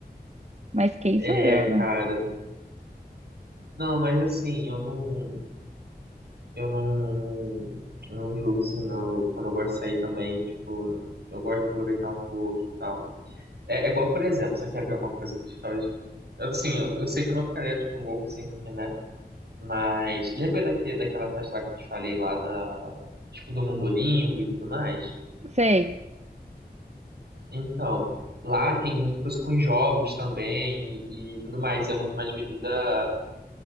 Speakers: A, on the right; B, on the right.
A: Mas quem
B: É,
A: sou eu,
B: cara.
A: né?
B: Não, mas assim, eu não, eu não, eu não julgo assim, não. Eu- quando eu gosto de sair também, tipo, eu gosto de aproveitar um pouco e tal. É, é igual, por exemplo, você quer ver uma coisa que tipo, talvez. eu, Assim, eu, eu sei que eu não ficaria, tipo, louco, assim, porque, né? Mas lembra daque daquela festa lá que eu te falei lá da, tipo, do Mundolingo e tudo mais?
A: Sei.
B: Então, lá tem muita coisa com jogos também e, e tudo mais. E é muito mais bebida,